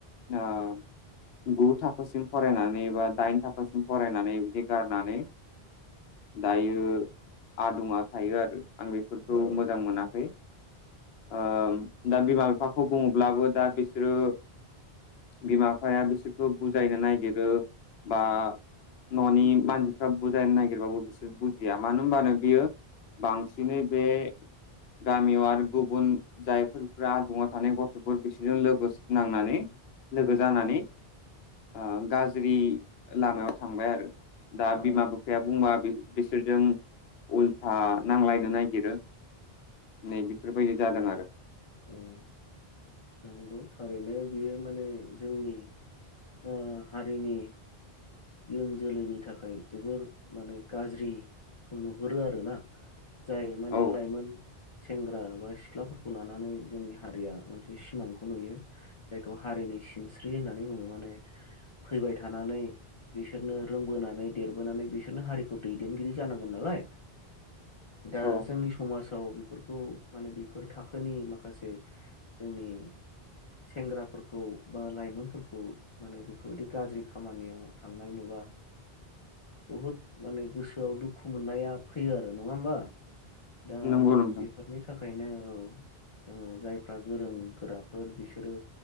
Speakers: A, on the left; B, on the left.
A: ओ गु थाखोसिम फरायनानै बा दाइन थाखोसिम फरायनानै बिदि गारनानै दायो आदुङा थायो आरो आं बेफोरखौ
B: औ
A: मोजां मोना खै ओ दा बिमा बिफाखौ बुङ- ब्लाबो दा बिसोरो बिमा बिफाया बिसोरखौ बुजायनो नागिरो बा ननि मानसिफ्रा बुजायनो नागिरबाबो बिसोर बुजिया मानो होनबानो बियो बांसिनै बे गामियाव आरो गुबुन जायफोरफ्रा आदुङा थानाय गथफोर बिसोरजों लोगोस नांनानै लोगो जानानै ओ गाज्रि लामायाव थांबाय आरो दा
B: औ
A: बिमा बिफाया बुंबा बिसोरजों उल्था नांलायनो नागिरो नै बेफोरबायदि जादों आरो
B: उम नंगौ थारैनो बियो माने जोंनि ओ हारिनि इयुन जोलैनि थाखाय जोबोर माने गाज्रिखौ नुहुरो आरो ना जाय माने
A: औ
B: लाइमोन सेंग्रा बा सिख्लाफोरखौ लानानै जोंनि हारिया मोनसे सिमांखौ नुयो जायखौ हारिनि सिन स्रि होननानै बुङो माने फैबाय थानानै बिसोरनो रोंबोनानै देरबोनानै बिसोरनो हारिखौ दैदेनगिरि जानांगोन नालाय दा
A: औ
B: जोंनि समाजाव बेफोरखौ माने बेफोर थाखोनि माखासे जोंनि सेंग्राफोरखौ बा लाइमोनफोरखौ माने बेफोरबायदि गाज्रि खामानियाव थांनाय नुबा बुहुद माने गोसोआव दुखु मोननाया फैयो आरो नङा होमबा दा
A: नंगौ नोंथां
B: बेफोरनि थाखाय खायनो औ ओ जायफ्रा गोरों गोराफोर बिसोरो